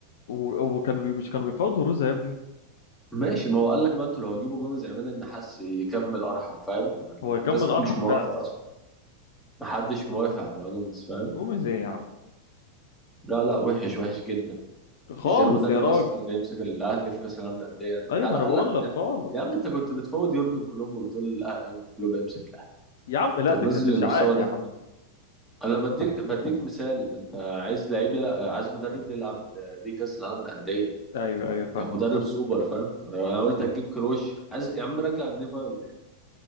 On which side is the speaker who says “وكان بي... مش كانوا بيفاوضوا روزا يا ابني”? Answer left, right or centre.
Left